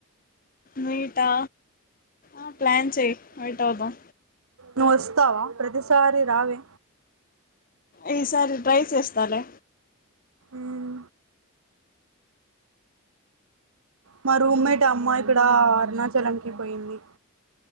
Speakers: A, on the left; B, on the right.
A: మీటా ఆ ప్లాన్ చెయ్ మీట్ అవుదాం
B: నువ్ వస్తావా ప్రతిసారి రావే
A: ఈ సారి ట్రై చేస్ త్తలే
B: ఊమ్ మా రూమ్మేట్ అమ్మాయి కూడా అరుణాచలంకి పోయింది